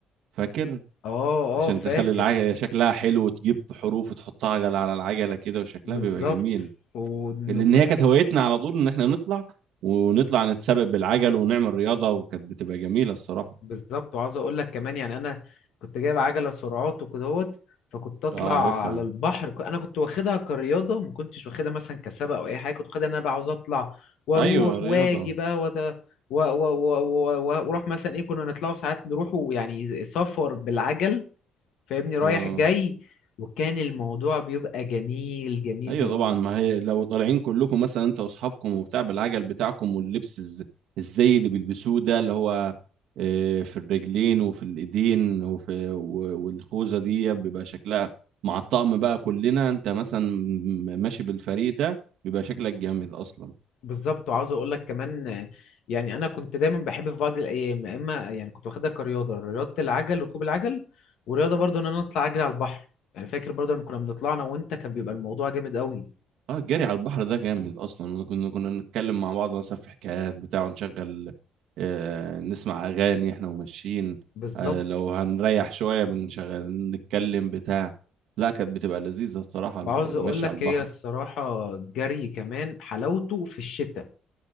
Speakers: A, on the right (about 70°); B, on the left (about 65°).
A: فاكر
B: اه
A: عشان
B: اه
A: تخلي
B: فاكر
A: العجلة شكلها حلو وتجيب حروف وتحطها عجلة على العجلة كده وشكلها
B: بالظبط
A: بيبقى جميل
B: وكنت
A: لأن هي كانت هوايتنا على طول إن إحنا نطلع ونطلع نتسابق بالعجل ونعمل رياضة وكانت بتبقى جميلة الصراحة
B: بالظبط وعاوز اقول لك كمان يعني انا كنت جايب عجله سرعات وكدهوت فكنت اطلع
A: اه عارفها
B: على البحر ك- انا كنت واخدها كرياضه ما كنتش واخدها مثلا كسبق او اي حاجه كنت واخدها إن انا بقى عاوز اطلع واروح
A: أيوة رياضة
B: واجي بقى وت... و... و... و... و... و- واروح مثلا ايه كنا نطلعوا ساعات نروحوا يعني سفر بالعجل فاهمني رايح
A: اه
B: جاي وكان الموضوع بيبقى جميل جميل
A: ايوه
B: جميل
A: طبعا ما هي لو طالعين كلكم مثلا انت واصحابكم وبتاع بالعجل بتاعكم واللبس الز- الزي اللي بيلبسوه ده اللي هو آه، في الرجلين وفي الايدين وفي و- والخوذه دي بيبقى شكلها مع الطقم بقى كلنا انت مثلا م- ماشي بالفريق ده بيبقى شكلك جامد اصلا
B: بالظبط وعاوز اقول لك كمان آه، يعني انا كنت دايما بحب في بعض الايام يا اما يعني كنت واخدها كرياضه رياضه العجل ركوب العجل ورياضه برضو ان انا اطلع اجري على البحر يعني فاكر برضو لما كنا بنطلع انا وانت كان بيبقى الموضوع جامد قوي
A: اه الجري على البحر ده جامد اصلا كنا كنا نتكلم مع بعض مثلا في حكايات بتاع ونشغل آه نسمع اغاني احنا وماشيين
B: بالظبط
A: آه لو هنريح شويه بنشغل نتكلم بتاع لا كانت بتبقى لذيذه الصراحه
B: وعاوز
A: المشي
B: اقول لك
A: على البحر
B: هي الصراحه الجري كمان حلاوته في الشتاء